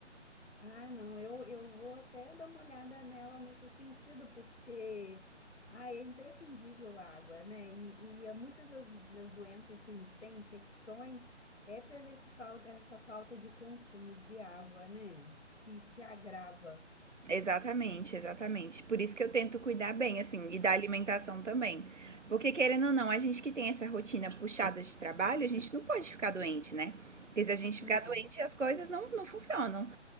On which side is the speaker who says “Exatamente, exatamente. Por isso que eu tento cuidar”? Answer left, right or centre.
Right